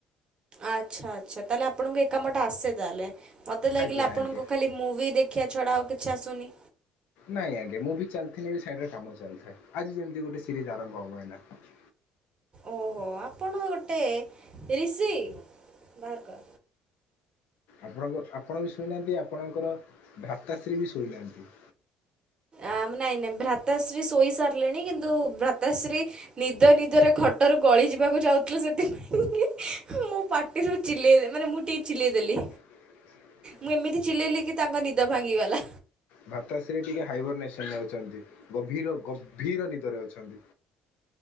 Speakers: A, on the right; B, on the left.
A: ଆଚ୍ଛା ଆଚ୍ଛା ତାହେଲେ ଆପଣଙ୍କୁ ଏକାମ ଟା ଆସେ ତାହେଲେ? ମୋତେ ଲାଗିଲା
B: ଆଜ୍ଞା
A: ଆପଣଙ୍କୁ
B: ଆଜ୍ଞା
A: ଖାଲି ମୁଭି ଦେଖିବା ଛଡ଼ା ଆଉ କିଛି ଆସୁନି।
B: ନାଇଁ ଆଜ୍ଞା ମୁଭୁ ଚାଲିଥିଲେ ବି ସାଇଡରେ କାମ ଚାଲିଥାଏ ଆଜି ଯେମିତି ଗୋଟେ ସିରିଜ ଆରମ୍ଭ ହବ ଏଇକିନା?
A: ଓହୋ ଆପଣ ଗୋଟେ ଋଷି ବାହାର କର?
B: ଆପଣଙ୍କ ଆପଣ ବି ଶୋଇନାହାନ୍ତି ଆପଣଙ୍କର ଭାତାଶ୍ରୀ ବି ଶୋଇନାହାନ୍ତି।
A: ଆ ନାଇଁ ନାଇଁ ଭ୍ରାତାଶ୍ରୀ ଶୋଇ ସାରିଲେଣି କିନ୍ତୁ ଭ୍ରାତାଶ୍ରୀ ନିଦ ନିଦରେ ଖଟରୁ ଗଳି ଯିବାକୁ ଯାଉଥିଲେ କି ସେଥିପାଇଁ କି ମୁଁ ପାଟିରୁ ଚିଲେଇ ମାନେ ମୁଁ ଟିିକେ ଚିଲେଇ ଦେଲି
B: ହଁ
A: ମୁଁ ଏମିତି ଚିଲେଇଲି କି ତାଙ୍କ ନିଦ ଭାଙ୍ଗିଗଲା।
B: ଭାତାଶ୍ରୀ ଟିକେ ହାଇବରନେସନ୍ ନେଉଛନ୍ତି। ଗଭୀର ଗଭୀର ନିଦରେ ଅଛନ୍ତି।